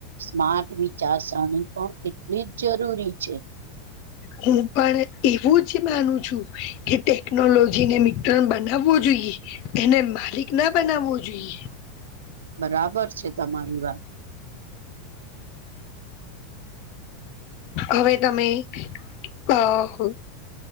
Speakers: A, on the right (about 85°); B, on the left (about 55°).
A: સ્માર્ટ વિચારસરણી પણ કેટલી જ જરૂરી છે.
B: હું પણ એવું જ માનું છું કે ટેકનોલોજીને મિત્રણ બનાવવો જોઈએ. એને માલિક ના બનાવો જોઈએ.
A: બરાબર છે, તમારી વાત.
B: હવે તમે કા હો